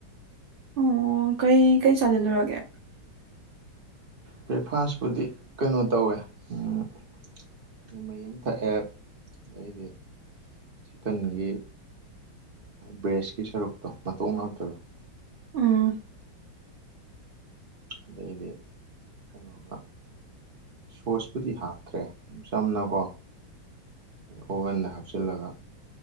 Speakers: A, on the right; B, on the right.
A: ꯑꯣ ꯀꯩ ꯀꯩ ꯆꯥꯁꯤꯜꯂꯨꯔꯒꯦ
B: ꯕ꯭ꯔꯦꯛꯐꯥꯁꯄꯨꯗꯤ ꯀꯩꯅꯣ ꯇꯧꯋꯦ ꯑꯩꯩ ꯃꯩ ꯑꯃ ꯊꯛꯑꯦ ꯑꯗꯩꯗꯤ ꯆꯤꯛꯀꯟꯒꯤ ꯕ꯭ꯔꯦꯁꯀꯤ ꯁꯔꯨꯛꯇꯣ ꯃꯇ ꯉꯥꯛꯇꯗ
A: ꯎꯝ
B: ꯑꯗꯩꯗꯤ ꯀꯩꯅꯒ ꯁꯣꯁꯄꯨꯗꯤ ꯍꯥꯞꯇ꯭ꯔꯦ ꯆꯝꯅꯀꯣ ꯑꯣꯚꯟꯗ ꯍꯥꯞꯆꯤꯜꯂꯒ